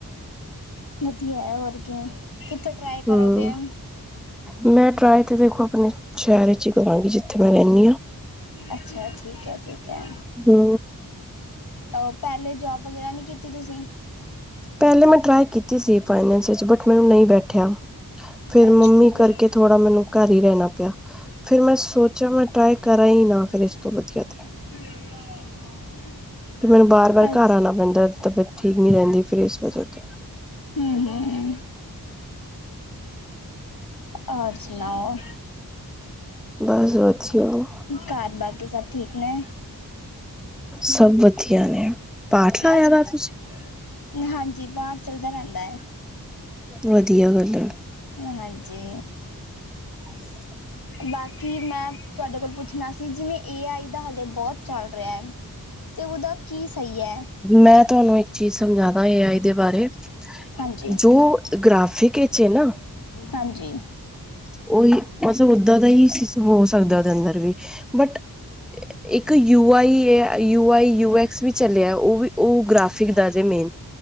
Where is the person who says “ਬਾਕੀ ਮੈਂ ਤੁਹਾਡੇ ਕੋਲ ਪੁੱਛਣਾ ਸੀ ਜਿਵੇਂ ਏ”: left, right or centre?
Left